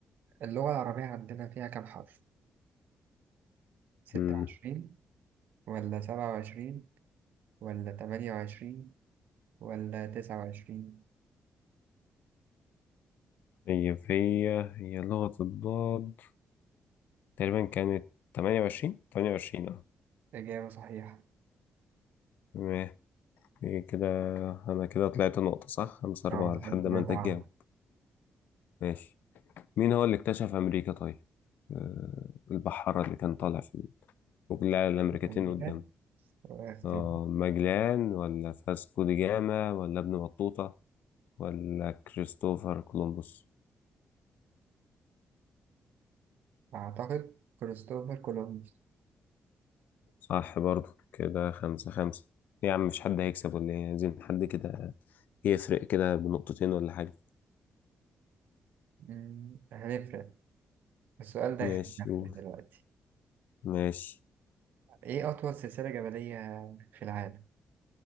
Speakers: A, on the right (about 80°); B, on the left (about 75°).
A: اللغة العربية عندنا فيها كام حرف؟ ستة
B: مم.
A: وعشرين ولا سبعة وعشرين ولا تمانية وعشرين ولا تسعة وعشرين
B: طيب هي هي لغة الضاد تقريبا كانت 28 28 اه
A: إجابة صحيحة
B: تمام إيه كده أنا كده طلعت نقطة صح خمسة أربعة
A: أه
B: لحد
A: خمسة
B: ما
A: أربعة
B: أنت تجاوب ماشي مين هو اللي اكتشف أمريكا طيب؟ آه البحارة اللي كان طالع في وكلها الأمريكتين
A: أمريكا
B: قدامه
A: اختيار
B: آه ماجلان ولا فاسكو دي جاما ولا ابن بطوطة ولا كريستوفر كولومبوس
A: أعتقد كريستوفر كولومبوس
B: صح برضو كده خمسة خمسة إيه يا عم مش حد هيكسب ولا ايه عايزين حد كده يفرق كده بنقطتين ولا حاجة
A: مم، هنفرق السؤال ده
B: ماشي
A: هيخلينا
B: قول
A: دلوقتي
B: ماشي
A: إيه أطول سلسلة جبلية في العالم؟